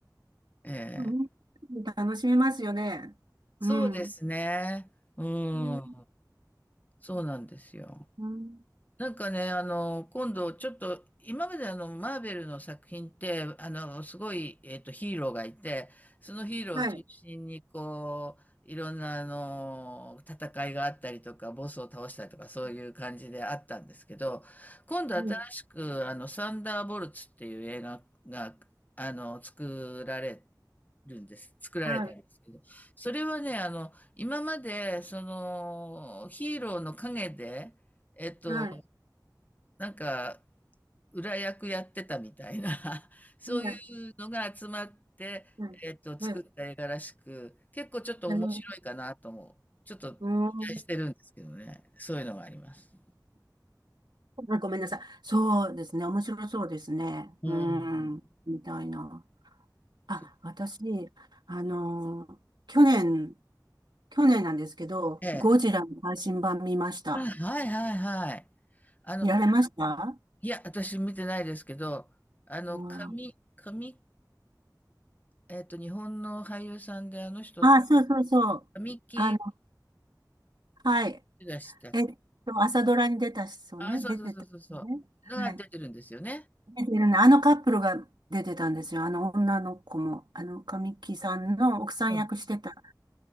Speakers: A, on the left; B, on the right.
A: ええ。
B: うん楽しめますよね。
A: そうですね。
B: うん。
A: う
B: ね
A: ん。そうなんですよ。
B: うん、
A: なんかね、あの、今度ちょっと、今まであの、マーベルの作品って、あの、すごい、えっと、ヒーローがいて、そのヒーローを中心に、
B: はい、
A: こう、いろんな、あの、戦いがあったりとか、ボスを倒したりとか、そういう感じであったんですけど、今度新しく、
B: うん
A: あの、サンダーボルツっていう映画が、あの、作られるんです。作られたんですけど。
B: はい、
A: それはね、あの、今まで、その、ヒーローの陰で、えっと、
B: はい、
A: なんか、裏役やってたみたいな、<laughs> そういうのが集まって、
B: はい、はい。
A: えっと、作った映画らしく、
B: ええ、
A: 結構ちょっと面白いかなとも、
B: あの、
A: ちょっと期待してるんですけどね。
B: うん。
A: そういうのがあります。
B: ごめんなさい。そうですね。面白そうですね。
A: うん。
B: うん。みたいな。あ、
A: そ
B: 私、あのー去年、去年なんですけど、
A: ええ。
B: ゴジラの配信版見ました。
A: あ、はいはいはい。あの、
B: 見られました
A: いや、私見てないですけど、あの、
B: あ
A: 神、神、んえっと、日本の俳優さんで、あの人、
B: あ、そうそうそう。
A: 神木
B: あの、はい。
A: 出したっけ
B: えっと、朝ドラに出た人ね、
A: あ、そうそうそうそうそ
B: 出てた人ね。
A: う。のが出てるんですよね。
B: はい。出てるね。あのカップルが出てたんですよ。あの女の子も、あの、神木さんの奥さん役してた
A: うん。